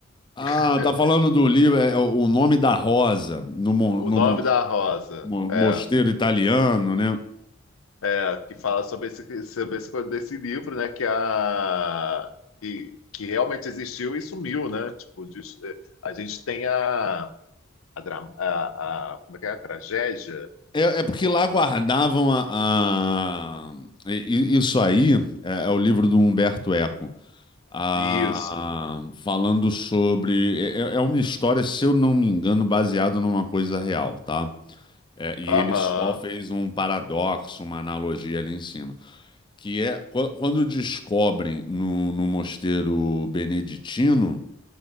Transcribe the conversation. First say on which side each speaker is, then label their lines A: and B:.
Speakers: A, on the left; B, on the left.
A: Ah,
B: <laughs>
A: tá falando do livro, é, é o nome da Rosa, no, mon-
B: O
A: no
B: nome
A: mon-
B: da rosa,
A: mo- mosteiro
B: é,
A: italiano, né?
B: é, que fala sobre esse, sobre esse desse livro, né? Que a que, que realmente existiu e sumiu, né? Tipo, diz- é, a gente tem a, a, dra- a, a- como é que é? A tragédia?
A: É,
B: Não,
A: é porque
B: pô.
A: lá guardavam a, a- i- i- isso aí é, é o livro do Humberto Eco, a-
B: Isso.
A: a- falando sobre é, é é uma história, se eu não me engano, baseada numa coisa real, tá? É, e ele
B: Aham.
A: só fez um paradoxo, uma analogia ali em cima. Que é qu- quando descobrem no, no mosteiro beneditino